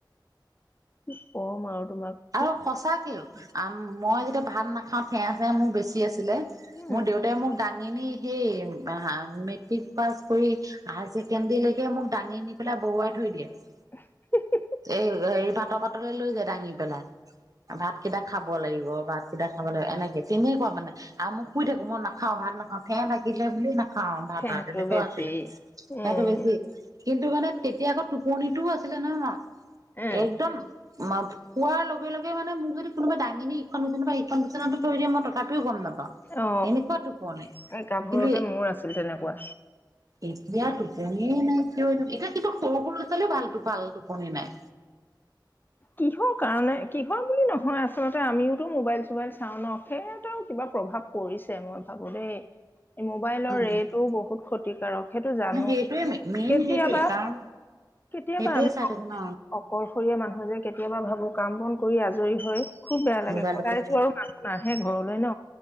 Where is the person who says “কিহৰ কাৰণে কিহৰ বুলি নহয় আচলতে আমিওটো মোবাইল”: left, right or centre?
Left